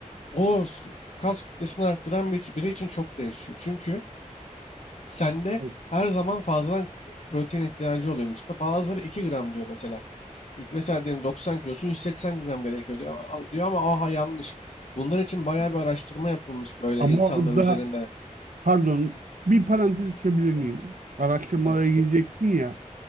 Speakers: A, on the left; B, on the right.
A: O s- kas kütlesini arttıran bir, biri için çok değişiyor. Çünkü sende
B: Evet.
A: her zaman fazladan k- protein ihtiyacı oluyor vücutta. Bazıları 2 gram diyor mesela. K- Mesela diyelim 90 kilosun 180 gram gerekiyor diyor, A- diyor ama aha yanlış. Bunlar için bayağı bir araştırma yapılmış böyle
B: Ama
A: insanlar
B: orada
A: üzerinde.
B: Pardon, bir parantez açabilir miyim?
A: Evet,
B: Araştırmalara
A: evet,
B: gireceksin ya.